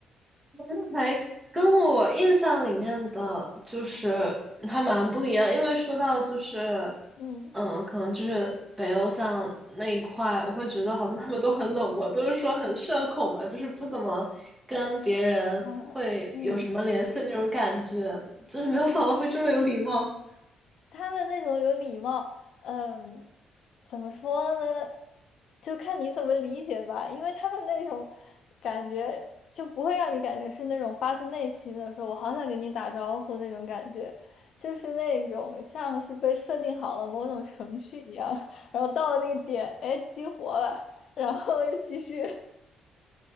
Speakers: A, on the right; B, on the left.
A: 那还跟我印象里面的就是还蛮不一样，因为说到就是，
B: <laughs> 嗯
A: 嗯，可能就是北欧像那一块，我会觉得好像他们都很冷漠，都是说很社恐嘛，就是不怎么跟别人会有什么联系的那种感觉，
B: 啊嗯。
A: 就是没有想到会这么有礼貌。
B: 他们那种有礼貌，嗯，怎么说呢？就看你怎么理解吧，因为他们那种感觉就不会让你感觉是那种发自内心的说“我好想跟你打招呼”那种感觉，就是那种像是被设定好了某种程序一样，然后到了那个点，哎，激活了，然后又继续，